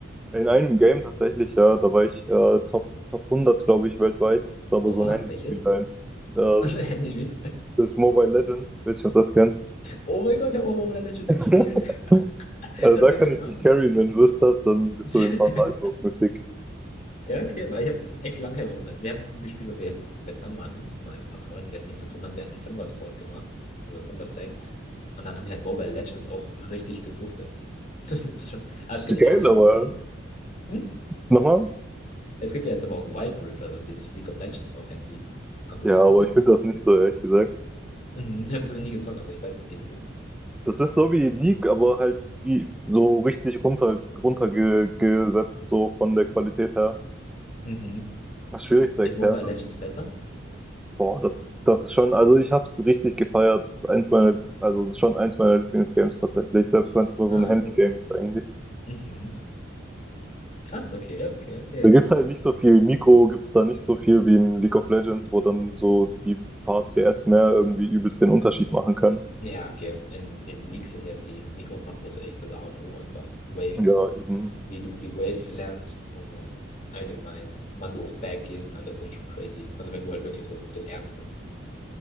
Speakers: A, in the centre; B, on the left.
A: In einem Game tatsächlich, ja, da war ich äh, Top, Top 100, glaube ich, weltweit. Das war aber so
B: Oha,
A: ein Handyspiel
B: welches?
A: halt. Das,
B: <laughs> Handyspiel?
A: das ist Mobile Legends, weiß nicht, ob das kennt.
B: Oh mein Gott, ich habe Overwatch jetzt
A: <laughs>
B: gespielt. <laughs>
A: Also
B: Als
A: da
B: wir
A: kann
B: in Vietnam
A: ich dich carryen,
B: waren.
A: wenn du Lust hast, dann bist
B: <laughs>
A: du in ein paar Tagen auf Mythic.
B: Ja, okay, weil ich habe echt lange kein Overwatch. Wir haben es nur gespielt, weil wir in Vietnam waren. Und meine paar Freunde, wir hatten nichts zu tun haben. Wir hatten einen Fünfer-Squad gemacht. Also Fünfer-Stack. Und dann haben wir halt Mobile Legends auch richtig gesuchtet. <laughs> Das ist schon. Aber
A: Ist
B: es gibt
A: geil,
B: ja auch jetzt
A: aber
B: Ding.
A: ja.
B: Hm?
A: nochmal?
B: Es gibt ja jetzt aber auch Wild Rift, also dieses League of Legends auf Handy. Hast
A: Ja,
B: du das
A: aber
B: gezockt?
A: ich finde das nicht so, ehrlich gesagt.
B: Mhm. Ich habe es noch nie gezockt, also ich weiß nicht, wie das ist.
A: Das ist so wie League, aber halt wie so richtig runter runtergesetzt, so von der Qualität her.
B: Mhm.
A: Das ist schwierig zu
B: Ist
A: erklären.
B: Mobile Legends besser?
A: Boah, das ist, das ist schon, also ich hab's richtig gefeiert. Das ist eins meiner, also es ist schon eins meiner Lieblingsgames tatsächlich, selbst wenn es nur so
B: Ah.
A: ein Handygame ist eigentlich.
B: Mhm. Krass, okay, okay, okay.
A: Da gibt's halt nicht so viel Mikro, gibt's da nicht so viel wie in League of Legends, wo dann so die paar CS mehr irgendwie übelst den Unterschied machen können.
B: Ja, okay. In den Leaks sind ja die Mikro- und Makros echt das A und O einfach. Wave,
A: Ja, eben.
B: wie du die Wave lernst und allgemein, wann du auch Back gehst und alles ist schon crazy. Also wenn du halt wirklich so das ernst nimmst.